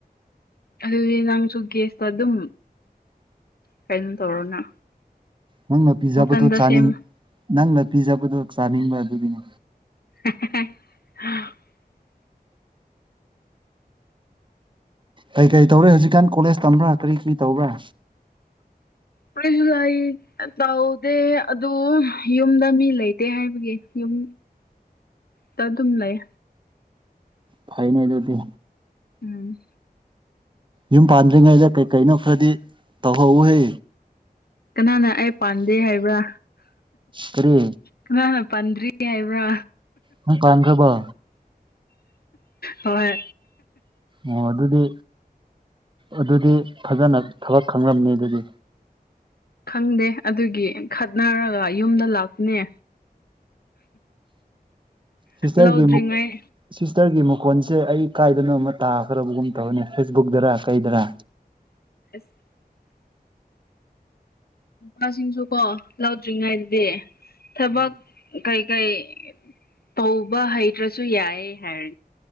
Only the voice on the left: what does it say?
ꯑꯗꯨꯗꯤ ꯅꯪꯁꯨ ꯒꯦꯁꯇꯥ ꯑꯗꯨꯝ ꯀꯩꯅꯣ ꯇꯧꯔꯣꯅ
ꯃꯊꯟꯗ
ꯁꯦꯝ
<unintelligible>
ꯀ꯭ꯔꯤꯁꯨ ꯂꯩ ꯇꯧꯗꯦ ꯑꯗꯨ ꯌꯨꯝꯗ ꯃꯤ ꯂꯩꯇꯦ ꯍꯥꯏꯕꯒꯤ ꯌꯨꯝ ꯇꯥ ꯗꯨꯝ ꯂꯩ
ꯎꯝ
ꯀꯅꯥꯅ ꯑꯩ ꯄꯥꯟꯗꯦ ꯍꯥꯏꯕ꯭ꯔꯥ
ꯀꯅꯅꯥ ꯄꯟꯗ꯭ꯔꯤ ꯍꯥꯏꯕ꯭ꯔꯥ
ꯍꯣꯏ
ꯈꯪꯗꯦ ꯑꯗꯨꯒꯤ ꯈꯠꯅꯔꯒ ꯌꯨꯝꯗ ꯂꯥꯛꯄꯅꯦ
ꯂꯧꯗ꯭ꯔꯤꯉꯩ
<inaudible> ꯃꯁꯤꯡꯁꯨ ꯀꯣ ꯂꯧꯗ꯭ꯔꯤꯉꯩꯗꯗꯤ ꯊꯕꯛ ꯀꯩꯀꯩ ꯇꯧꯕ ꯍꯩꯇ꯭ꯔꯁꯨ ꯌꯥꯏꯌꯦ ꯍꯥꯏ